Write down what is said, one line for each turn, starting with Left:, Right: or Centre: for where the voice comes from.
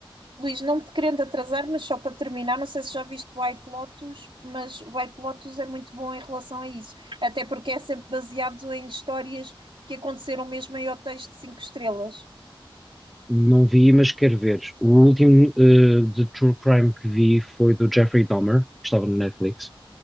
Right: Luís, não te querendo atrasar, mas só para terminar, não sei se já viste White Lotus, mas White Lotus é muito bom em relação a isso, até porque é sempre baseado em histórias que aconteceram mesmo em hotéis de cinco estrelas.
Centre: Não vi, mas quero ver. O último eh, de True Crime que vi foi do Jeffrey Dahmer, que estava no Netflix.